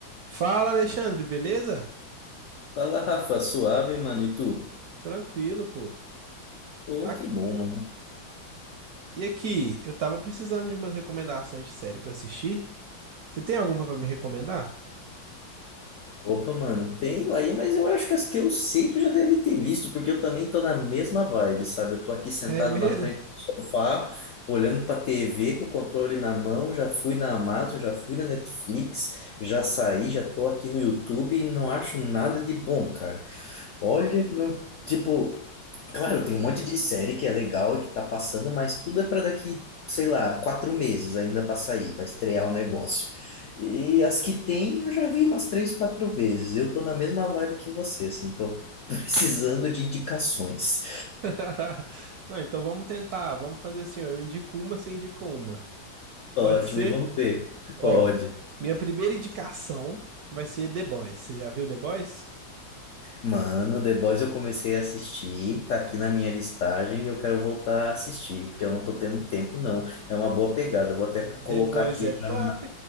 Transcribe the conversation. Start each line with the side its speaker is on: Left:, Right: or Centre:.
Right: Fala, Alexandre, beleza?
Left: Fala, Rafa, suave, mano, e tu?
Right: Tranquilo, pô.
Left: Ô,
Right: Aqui-
Left: que bom, mano.
Right: e aqui, eu tava precisando de umas recomendações de série pra assistir. Você tem alguma pra me recomendar?
Left: Opa, mano, tem aí, mas eu acho que as que eu sei tu já deve ter visto, porque eu também tô na mesma vibe, sabe? Eu tô aqui sentado
Right: É mesmo?
Left: na frente do sofá, olhando pra TV com o controle na mão, já fui na Amazon, já fui na Netflix, já saí, já tô aqui no YouTube e não acho nada de bom, cara. Olha, não, tipo, claro, tem um monte de série que é legal e que tá passando, mas tudo é pra daqui, sei lá, quatro meses ainda pra sair, pra estrear o negócio. E as que tem, eu já vi umas três, quatro vezes. Eu tô na mesma vibe que você, assim, tô <laughs> precisando de indicações.
Right: <laughs> Não, então vamos tentar. Vamos fazer assim, ó, eu indico uma, você indica uma. <laughs> Pode
Left: Ótimo,
Right: ser?
Left: e vamos ver.
Right: Ó,
Left: Pode.
Right: minha primeira indicação vai ser The Boys. Você já viu The Boys?
Left: Mano, The Boys eu comecei a assistir, tá aqui na minha listagem e eu quero voltar a assistir, porque eu não tô tendo tempo, não. É uma boa pegada, eu vou até colocar
Right: The Boys
Left: aqui
Right: é
Left: já
Right: top.